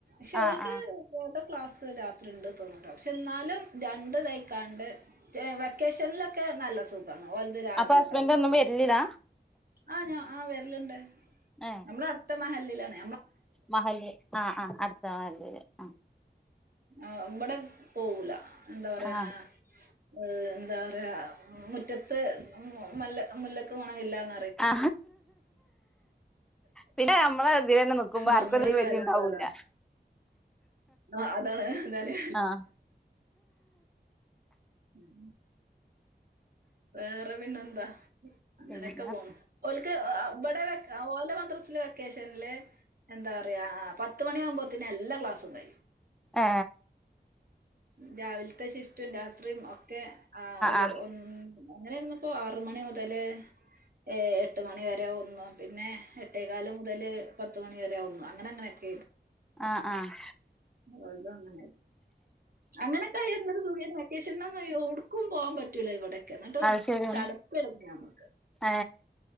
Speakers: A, on the right; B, in the centre.
A: ക്ഷേ
B: ആ
A: ഓൽക്ക്‌
B: ആ
A: <unintelligible> ക്ലാസ് രാത് ത്രിണ്ട് തോന്ന്ട്ടൊ ക്ഷേ ഇന്നാലും രണ്ട് തയ്ക്കാണ്ട് ഏ വെക്കേഷനിലൊക്കെ നല്ല സുഖം. താണ് ഓൽത് രാവിലെ
B: അപ്പൊ ഹസ്ബൻഡ്
A: കഴിയും
B: ഒന്നും വരിലില്ല
A: ആ ഞാൻ ആ വെ ഇല്ലണ്ട്.
B: ഏ
A: നമ്മളടുത്ത മഹല്ലിലാണ്
B: മഹല്ല് ആ ആ അട്ത്ത മഹല്ല് ആ
A: ആ ഇവടെ പോവൂലാ എന്താ പറയ്യാ
B: ആ
A: ഉം എന്താ പറയാ മുറ്റത്ത് മു മല്ല മുല്ലക്ക് മണയില്ലാന്ന്
B: ആ പിന്നെ ഞമ്മളെ ത്തിലന്നെ നിക്കുമ്പോ ആർക്കും
A: നമ്മളൊരു
B: ഒര് നെലിം വെലിം
A: വില
B: ഇണ്ടാവൂല്ല
A: ഉണ്ടാവില്ല ആ, അതാണ് എന്തായാലും
B: ആ
A: ഉം വേറെ പിന്നെന്താ? അങ്ങനൊക്കെ
B: പിന്നെ
A: പോണ്‌ ഓൽക്ക് ഓ ആ ബടെ വെ ആ ഓലെ മദ്രസില് വെക്കേഷന്ല്ല് എന്താറിയാ പത്തുമണിയാവുമ്പോത്തിന് എല്ലാ ക്ലാസ്സും കഴിയ്യും
B: ആ
A: രാവിലത്തെ ഷിഫ്റ്റും രാത്രിയും ഒ ക്കെ ആ ഒരു
B: ആഹ്
A: ഒ അങ്ങനെണ്ന്ന്പ്പൊ ആറു മണി മുതല് ഏ എട്ടു മണി വ രെ ഒന്നും പിന്നെ എട്ടെ ക്കാല് മുതല് പത്ത് മണിവരെ ഒന്നും അങ്ങനങ്ങനെ എത്തേ
B: ആഹ് ആഹ്
A: മോള്തും അങ്ങന്നെ അങ്ങനെ ആ എന്തൊരു സുഖേന് വെക്കേഷനെന്നാന്നറിയോ? ക്കും പോവാൻ പറ്റൂല ഇവടെ എന്നിട്ട്
B: അത് ശരിയാണ്
A: ചടപ്പെടുക്കാ ഞമ്മക്ക്.
B: ഏ